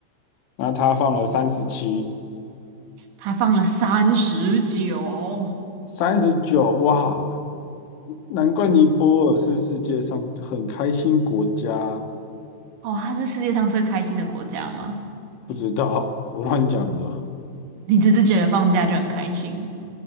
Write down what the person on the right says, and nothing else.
它放了三十九
哦，它是世界上最开心的国家吗？
你只是觉得放假就很开心